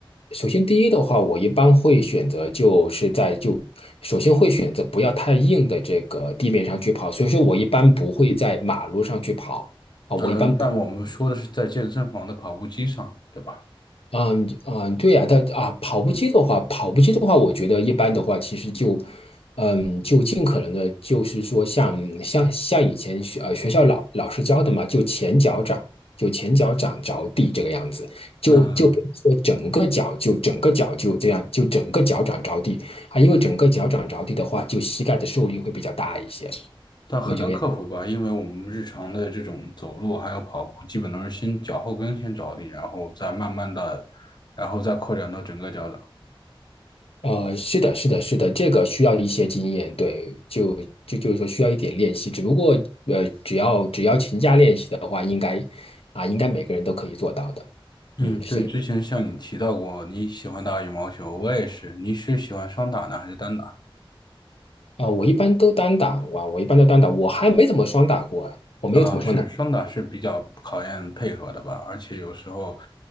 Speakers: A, on the left; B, on the left.
A: 首先，第一的话，我一般会选择就是在就首先会选择不要太硬的这个地面上去跑，所以说我一般不会在马路上去跑啊，我一般不。
B: 呃，但我们说的是在健身房的跑步机上，对吧？
A: 嗯嗯，对呀，但啊，跑步机的话，跑步机的话，我觉得一般的话，其实就，嗯，就尽可能的，就是说像像像以前学呃学校老老师教的嘛，就前脚掌，就前脚掌着地这个样子，就就不是说整个脚就整个脚就这样，
B: 嗯，
A: 就整个脚掌着地啊，因为整个脚掌着地的话，就膝盖的受力会比较大一些，
B: 但很难克服吧，
A: 对这个样。
B: 因为我们日常的这种走路还有跑步，基本都是先脚后跟先着地，然后再慢慢的，然后再扩展到整个脚掌。
A: 呃，是的，是的，是的，这个需要一些经验，对，就就就是说需要一点练习，只不过呃，只要只要勤加练习的话，应该啊，应该每个人都可以做到的，
B: 嗯，
A: 嗯，
B: 对，
A: 是的
B: 之前像你提到过你喜欢打羽毛球，我也是。你是喜欢双打呢，还是单打？
A: 啊，我一般都单打，哇，我一般都单打，我还没怎么双打过啊，哎我没有怎么双。
B: 啊，是双打是比较考验配合的吧，
A: 打。
B: 而且有时候，